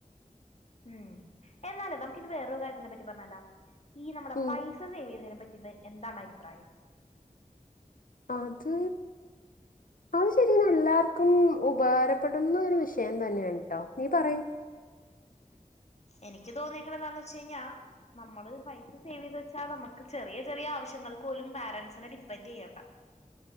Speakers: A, on the left; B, on the left.
A: ഉം എന്നാലേ നമുക്ക് ഇനി വേറരു കാര്യത്തിനെ പറ്റി പറഞ്ഞാല ഈ നമ്മുടെ
B: ഉം
A: പൈ സ സേവ് ചെയ്യുന്നതിനെ പറ്റിട്ട് എന്താണ് അഭിപ്രായം
B: അത് അത് ശരി എല്ലാവർക്കും ഉപകാരപ്പെടുന്ന ഒരു വിഷയം തന്നെയാണ് കേട്ടോ നീ പറയ്
A: എനിക്ക് തോന്നീക്കണത് എന്താന്ന് വെച്ച് കഴിഞ്ഞാ നമ്മള് പൈസ സേവ് ചെയ്തു വെച്ചാൽ നമുക്ക് ചെറിയ ചെറിയ ആവശ്യങ്ങൾക്ക് പോലും പാരൻറ്സിനെ ഡിപ്പെൻഡ് ചെയ്യേണ്ട